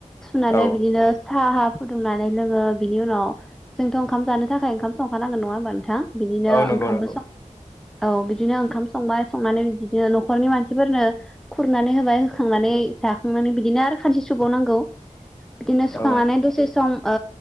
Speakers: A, in the centre; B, on the left.
A: सुनानै
B: औ
A: बिदिनो साहा फुदुंनानै लोङो बिनि उनाव जोंथ' ओंखाम जानो थाखाय ओंखाम संखानांगोन नङा होमबा नोंथां? बिदिनो
B: औ नंगौ
A: ओंखामबो
B: नंगौ
A: सं औ बिदिनो ओंखाम संबाय संनानै बिदिनो न'खरनि मानसिफोरनो खुरनानै होबाय होखांनानै जाखांनानै बिदिनो आरो खानसि सुगावनांगौ बिदिनो संनानै
B: औ
A: दसे सम ओ